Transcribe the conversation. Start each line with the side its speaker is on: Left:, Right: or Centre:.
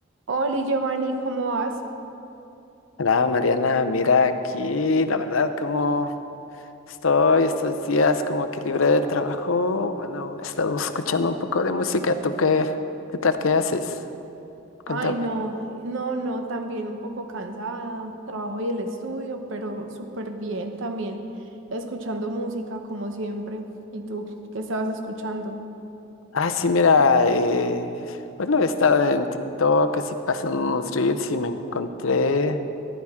Right: Hola Giovanni, ¿cómo vas?
Left: Hola Mariana, mira aquí, la verdad, como estoy estos días como que libre del trabajo, bueno, estamos escuchando un poco de música, ¿tú qué, qué tal, qué haces? Cuéntame.
Right: Ay, no, no, no, también un poco cansada, trabajo y el estudio, pero súper bien también, escuchando música como siempre. ¿Y tú qué estabas escuchando?
Left: Ah, sí, mira, eh, bueno, he estado en TikTok, así pasan unos reels y me encontré